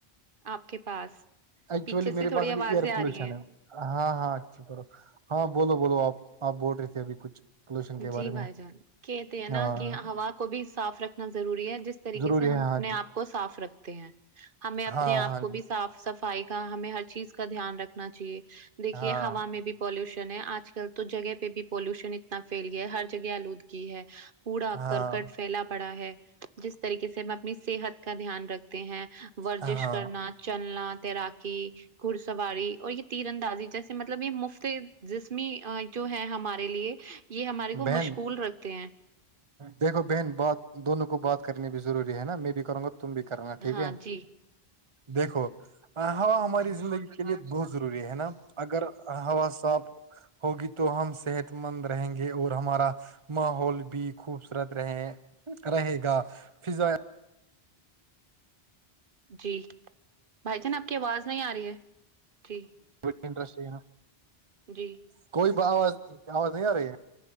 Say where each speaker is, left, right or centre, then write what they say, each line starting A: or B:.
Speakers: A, on the right; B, on the right.
A: آپ کے پاس
B: ایکچولی
A: پیچھے
B: میرے
A: سے تھوڑی
B: پاس ابھی
A: آوازیں
B: ایئر
A: آ
B: پولوشن
A: رہی ہیں
B: ہے ہاں ہاں اچھا کرو ہاں بولو بولو آپ آپ بول رہے تھے ابھی کچھ پولوشن کے بارے
A: جی بھائی
B: میں
A: جان کہتے ہیں نا
B: ہاں
A: کہ ہوا کو بھی صاف رکھنا ضروری ہے جس طریقے
B: ضروری
A: سے ہم
B: ہے ہاں
A: اپنے
B: جی
A: آپ کو صاف رکھتے ہیں ہمیں اپنے
B: ہاں
A: آپ
B: ہاں
A: کو
B: جی
A: بھی صاف صفائی ہمیں ہر چیز کا دھیان رکھنا چاہیے دیکھیے
B: ہاں
A: ہوا میں بھی پالوشن ہے آج کل تو جگہ پہ بھی پالوشن اتنا فھیل گیا ہے ہر جگہ آلودگی ہے پڑا
B: ہاں
A: کرکٹ پھیلا پڑا ہے جس طریقے سے ہم اپنی صحت کا دھیان رکھتے ہیں ورزش
B: ہاں
A: کرنا چلنا تیراکی گھڑ سواری اور یہ تیر اندازی جیسے مطلب یہ مفت جسمی جو ہے ہمارے لیے یہ ہمارے کو
B: بہن
A: مشغول رکھتے ہیں
B: دیکھو بہن بات دونوں کو بات کرنی بھی ضروری ہے نا میں بھی کروں گا تم بھی کرنا ٹھیک
A: ہاں
B: ہے
A: جی
B: دیکھو ہوا ہماری زندگی کے لیے بہت ضروری ہے نا اگر ہوا صاف ہوگی تو ہم صحت مند رہیں گے اور ہمارا ماحول بھی خوبصورت رہے رہے گا فضا
A: جی بھائی جان آپ کی آواز نہیں آ رہی ہے جی
B: ڑیٹرسٹا <inaudible>
A: جی
B: کوئی آواز آواز نہیں آ رہی ہے